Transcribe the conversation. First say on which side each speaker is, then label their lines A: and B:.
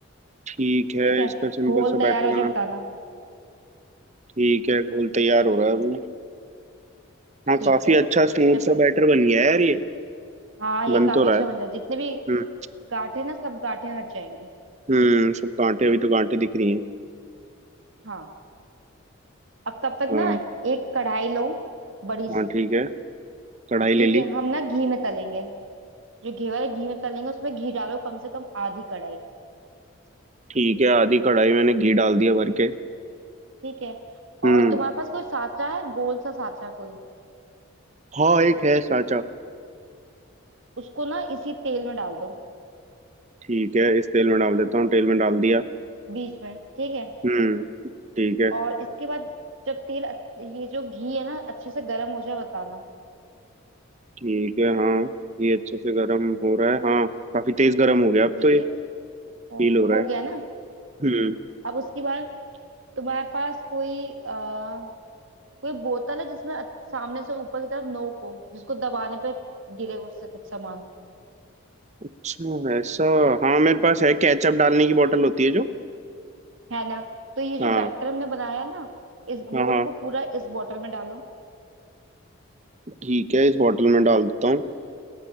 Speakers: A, on the right; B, on the right.
A: ठीक है
B: ठीक है
A: इसका सिंपल
B: घोल
A: सा
B: तैयार
A: बैटर
B: हो जाए
A: बना
B: बताना
A: ठीक है घोल तैयार हो रहा है अभी हाँ
B: ठीक
A: काफी
B: है
A: अच्छा स्मूथ
B: जब
A: सा बैटर बन गया है यार ये
B: हाँ ये
A: बन
B: काफी
A: तो रहा
B: अच्छा
A: है
B: बन जाए जितने भी
A: हम्म।
B: गांठें ना सब गांठें हट जाएंगी
A: हम्म सब गांठे अभी तो गांठे दिख रही हैं
B: हाँ अब तब तक
A: हाँ
B: ना एक कढ़ाई लो बड़ी
A: हाँ
B: सी
A: ठीक है कढ़ाई ले
B: ठीक
A: ली
B: है हम ना घी में तलेंगे जो घी वाले घी में तलेंगे उसमें घी डालो कम से कम आधी कढ़ाई
A: ठीक है आधी कढ़ाई मैंने घी डाल दिया भर के
B: ठीक है
A: हम्म
B: और तुम्हारे पास कोई साचा है गोल सा साचा कोई
A: हाँ एक है साचा
B: उसको ना इसी तेल में डाल दो
A: ठीक है इस तेल में डाल देता हूँ तेल में डाल दिया
B: बीच में ठीक है
A: हम्म ठीक है
B: और इसके बाद जब तेल अच्छ- ये जो घी है ना अच्छे से गर्म हो जाए बताना
A: ठीक है हाँ ये अच्छे से गर्म हो रहा है हाँ काफी तेज गर्म हो गया अब
B: ठीक
A: तो ये
B: है
A: फील
B: हो
A: हो रहा
B: हो
A: है
B: गया ना
A: हम्म
B: अब उसके बाद तुम्हारे पास कोई आ, कोई बोतल है जिसमें अ- सामने से ऊपर की तरफ नोक हो जिसको दबाने पे गिरे उससे कुछ सामान
A: अच्छा ऐसा हाँ मेरे पास है केचप डालने की बोतल होती है जो
B: है ना तो ये जो
A: हाँ
B: बैटर हमने बनाया ना इस घोल
A: हाँ हाँ
B: को पूरा इस बोतल में डालो
A: ठीक है इस बोतल में डाल देता हूँ